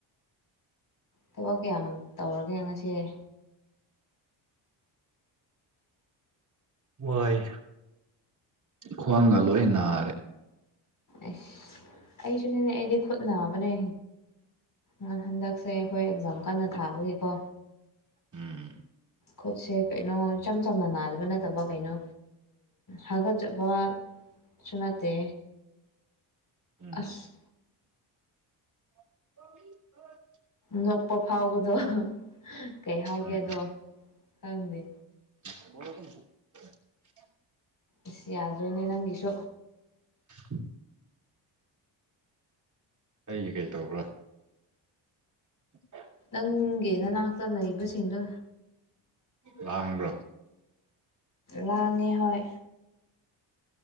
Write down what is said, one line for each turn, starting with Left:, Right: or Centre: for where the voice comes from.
Left: ꯊꯕꯛ ꯀꯌꯥꯝ ꯇꯧꯔꯒꯦ ꯉꯁꯤꯒꯤ
Right: ꯍꯣꯏ ꯈ꯭ꯋꯥꯡꯒ ꯂꯣꯏ ꯅꯥꯔꯦ
Left: ꯑꯁ ꯑꯩꯁꯨꯅꯤꯅꯦ ꯑꯩꯗꯤ ꯈꯨꯠ ꯅꯥꯕꯅꯦ ꯅꯥꯟ ꯍꯟꯗꯛꯁꯦ ꯑꯩꯈꯣꯏ ꯑꯦꯛꯖꯥꯝ ꯀꯟꯅ ꯊꯥꯕꯒꯤꯀꯣ
Right: ꯎꯝ
Left: ꯈꯨꯠꯁꯦ ꯀꯩꯅꯣ ꯏꯆꯝ ꯆꯝꯅ ꯅꯥꯗꯕ ꯅꯠꯇꯕ ꯀꯩꯅꯣ ꯍꯥꯒꯠꯆꯕ
Right: <inaudible>
Left: ꯁꯨ ꯅꯠꯇꯦ
Right: ꯎꯝ
Left: ꯑꯁ
Right: <inaudible>
Left: ꯅꯣꯛꯄ ꯐꯥꯎꯕꯗꯣ ꯀꯩ ꯍꯥꯏꯒꯦꯗꯣ
Right: ꯎꯝ
Left: ꯈꯪꯗꯦ
Right: <unintelligible>
Left: ꯑꯁ ꯌꯥꯔꯣꯏꯅꯦ ꯅꯪꯒꯤꯁꯨ
Right: ꯎꯝ ꯑꯩꯒꯤ ꯀꯩ ꯇꯧꯕ꯭ꯔꯥ <inaudible>
Left: ꯅꯪꯒꯤ ꯅꯅꯥꯛꯇ ꯂꯩꯕꯁꯤꯡꯗꯣ
Right: ꯂꯥꯡꯕ꯭ꯔꯣ
Left: ꯂꯥꯡꯉꯦ ꯍꯣꯏ